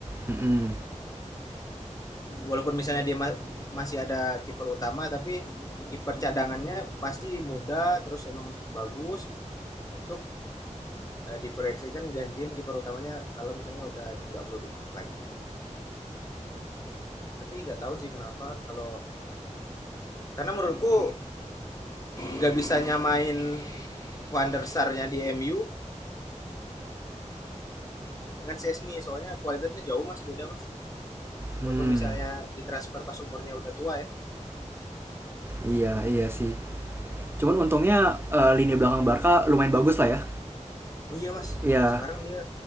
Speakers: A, on the right; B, on the left.
A: hmm hmm
B: Walaupun misalnya dia ma- masih ada kiper utama tapi kiper cadangannya pasti muda terus emang bagus gitu. Untuk eh, diproyeksikan gantiin kiper utamanya kalau misalnya udah emang nggak produktif lagi. Tapi nggak tahu sih kenapa kalau karena menurutku nggak bisa nyamain Van der Sar-nya di MU dengan Sesni soalnya kualitasnya jauh Mas beda Mas.
A: Hmm,
B: Walaupun misalnya ditransfer pas umurnya udah tua ya
A: iya iya sih cuman untungnya eh, lini belakang Barca lumayan bagus lah ya
B: Oh iya Mas,
A: iya
B: sekarang dia